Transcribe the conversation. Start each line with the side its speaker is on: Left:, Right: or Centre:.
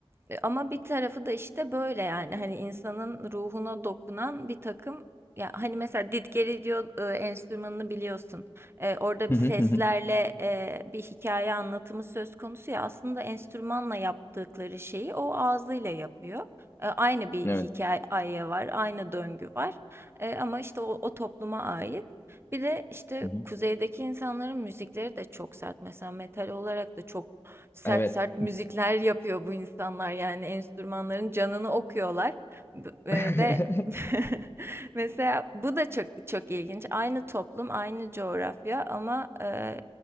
Right: E, Ama bir tarafı da işte böyle yani hani insanın ruhuna dokunan bir takım ya hani mesela didgeri diyor e, enstrümanını biliyorsun. E, orada
Left: Hı
Right: bir
Left: hı
Right: seslerle
Left: hı hı.
Right: e, bir hikaye anlatımı söz konusu ya aslında enstrümanla yaptıkları şeyi o ağzıyla yapıyor. E, aynı bir
Left: Evet.
Right: hikaye var, aynı döngü var. E, ama işte o, o topluma ait. Bir de işte
Left: Hı hı.
Right: kuzeydeki insanların müzikleri de çok sert. Mesela metal olarak da çok sert
Left: Evet.
Right: sert müzikler yapıyor bu insanlar yani enstrümanların canını okuyorlar B-
Left: <laughs>
Right: e, ve <laughs> mesela bu da çok çok ilginç aynı toplum aynı coğrafya ama e,